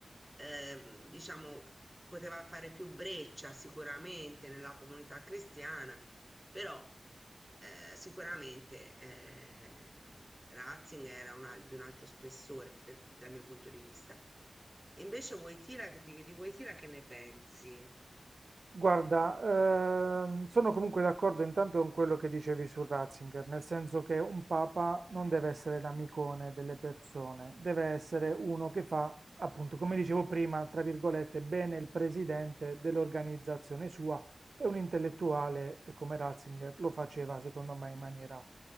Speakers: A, in the centre; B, on the right.
A: ehm, diciamo, poteva fare più breccia sicuramente nella comunità cristiana, però eh, sicuramente eh, Ratzinger era una- di un altro spessore eh, dal mio punto di vista. Invece Wojtyla, di, di Wojtyla che ne pensi?
B: Guarda, ehm, sono comunque d'accordo intanto con quello che dicevi su Ratzinger, nel senso che un papa non deve essere l'amicone delle persone, deve essere uno che fa, appunto, come dicevo prima, tra virgolette, bene il presidente dell'organizzazione sua e un intellettuale eh, come Ratzinger lo faceva, secondo me, in maniera,